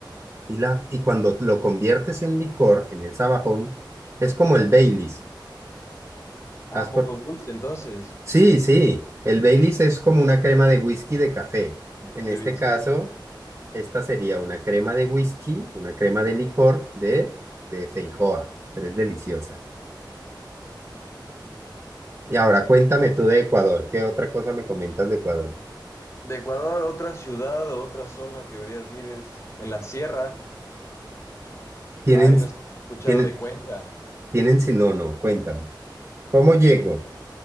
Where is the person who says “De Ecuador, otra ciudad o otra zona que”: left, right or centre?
Left